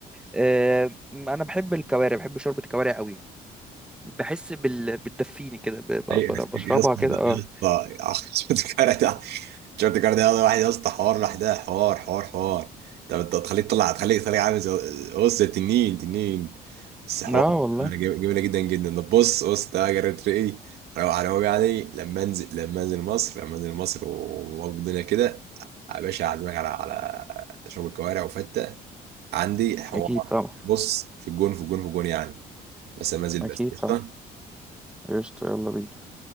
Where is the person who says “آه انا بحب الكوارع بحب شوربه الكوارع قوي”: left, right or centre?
Centre